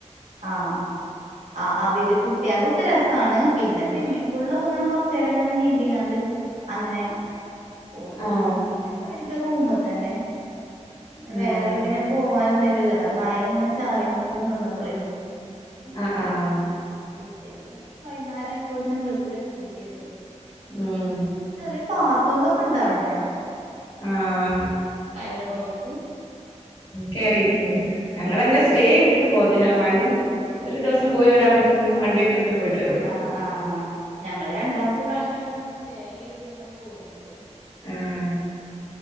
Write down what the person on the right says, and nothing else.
ആഹ്. ആഹ് അതില് കുട്ടികൾക്കൊക്കെ രസാണ് പിന്നെ സ്വിമ്മിംഗ് പൂളിലൊക്കെ ഇങ്ങനെ കൊറച്ചേരം ഇങ്ങനെ നീന്തിങ്ങാണ്ട്. അങ്ങനെ പോന്ന്
പിന്നെ കാര്യായിട്ട് റൂമ് തന്നെ. വേറെ
അയിലെ ഇങ്ങനെ പോവാനൊന്നുല്ലല്ലോ മഴ ഇങ്ങനെ ചാറിങ്ങാട്ട് നിന്ന അപ്പളെ.
പിറ്റേന്ന് വൈന്നേരം ആയിപ്പോത്തിന് വീട്ടിൽ എത്തും ചെയ്തു.
ചെറിയ പാർക്കുകളൊക്കെ ഉണ്ട് അവിടെ.
കയറണോൽക്ക്
കേറി
ആഹ് ആഹ് ഞങ്ങൾ രണ്ടാമത്തെ പ്രാവശ്യ ആണ് ഇങ്ങനെ സ്റ്റേ ചെയ്തുങ്ങാണ്ട് പോരുന്നത്.